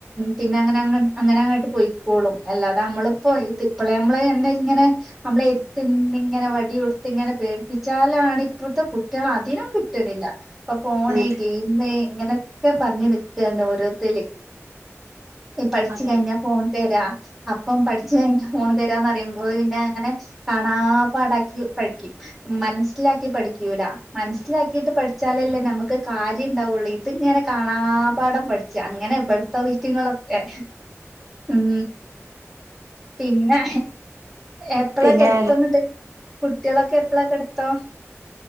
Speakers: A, in the centre; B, on the right.
A: പിന്നെ അങ്ങനെങ്ങ അങ്ങനെ അങ്ങോട്ട് പോയി സ്കൂളും അല്ലാതെ നമ്മളിപ്പോഇത് ഇപ്പോളെ നമ്മള് എാ ഇങ്ങനെ നമ്മള എത്ത്ന്നിങ്ങനെ വടിിയ കൊടുത്ത് ഇങ്ങനെ പേടിപ്പിച്ചാലാണ് ഇപ്പോഴത്തെ അതിനും കിട്ടുന്നില്ല ഇപ്പൊ ഫോണ്
B: അതെ
A: ഗെയി ഇങ്ങനെയൊക്കെ പറഞ്ഞു നിക്കുകന്ന് ഓരോരുത്ത പഠിച്ചു
B: അതെ
A: കഴിഞ്ഞ
B: അതെ
A: ഫോൺ തരാ അപ്പം പഠിച്ചു കഴിഞ്ഞ ഫോൺ തരാന്ന് പറയുമ്പോൾ പിന്നെ അങ്ങനെ കാണാ പാടാക്കി പഠിക്കും മനസ്സിലാക്കി പഠിക്കൂല മനസ്സിലാക്കിട്ട് പഠിച്ചാലല്ലേ നമുക്ക് കാര്യംണ്ടാവുള്ളൂ ഇത് ഞനെ കാണാപാഠം പഠിച്ച അങ്ങനെ ഇവിടത്തെയറ്റങ്ങളൊക്കെ ഉം പിന്നെ എപ്പകെടത്തന്നട്ട്
B: പിന്നെ
A: കുട്ടികളൊക്കെ എപ്പള കെടത്താ